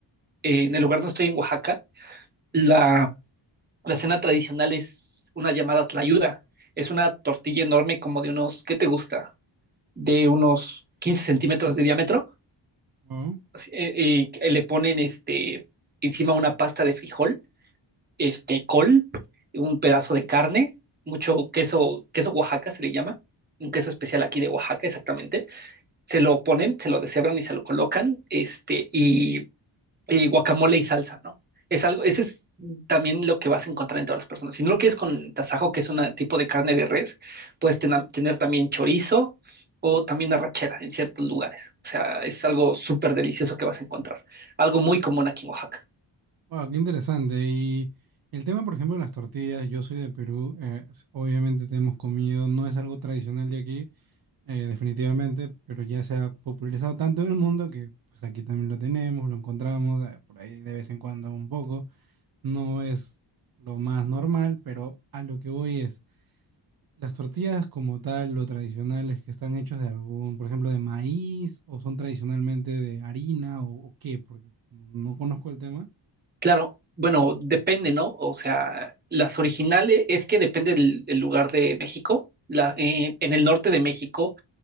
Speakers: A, on the right; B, on the right.
A: en el lugar donde estoy, en Oaxaca, la, la cena tradicional es una llamada tlayuda. Es una tortilla enorme como de unos, ¿qué te gusta? de unos 15 centímetros de diámetro
B: wow,
A: así, eh, eh, le ponen este, encima una pasta de frijol, este, col, un pedazo de carne, mucho queso, queso Oaxaca se le llama, un queso especial aquí de Oaxaca exactamente, se lo ponen, se lo deshebran y se lo colocan, este, y eh, guacamole y salsa, ¿no? Es algo, ese es también lo que vas a encontrar en todas las personas. Si no lo quieres con tasajo, que es un tipo de carne de res, puedes tena- tener también chorizo o también arrachera en ciertos lugares. O sea, es algo súper delicioso que vas a encontrar. Algo muy común aquí en Oaxaca.
B: wow, qué interesante. Y el tema, por ejemplo, de las tortillas, yo soy de Perú, eh, obviamente te hemos comido, no es algo tradicional de aquí. Eh, definitivamente, pero ya se ha popularizado tanto en el mundo que pues aquí también lo tenemos, lo encontramos eh, por ahí de vez en cuando un poco. No es lo más normal, pero a lo que voy es, las tortillas como tal, lo tradicionales que están hechos de algún, por ejemplo, de maíz o son tradicionalmente de harina o, o qué, porque como no conozco el tema.
A: Claro, bueno, depende, ¿no? O sea, las originales es que depende del, del lugar de México. La, eh, en el norte de México,